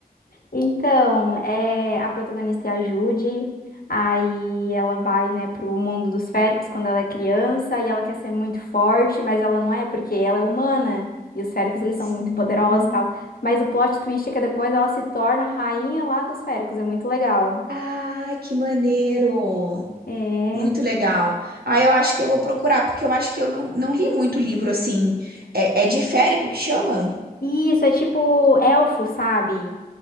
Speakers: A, on the left; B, on the right.
A: Então, é, a protagonista é a Judy. Aí ela vai, né, pro mundo dos féricos quando ela é criança e ela quer ser muito forte, mas ela não é porque ela é humana. E os féricos, eles são
B: Sim.
A: muito poderosos e tal. Mas o plot twist é que depois ela se torna a rainha lá dos féricos. É muito legal.
B: Ai, que maneiro!
A: É.
B: Muito legal. Ah, eu acho que eu vou procurar, porque eu acho que eu não, não li muito livro assim. É, é diférico que chama?
A: Isso, é tipo elfo, sabe?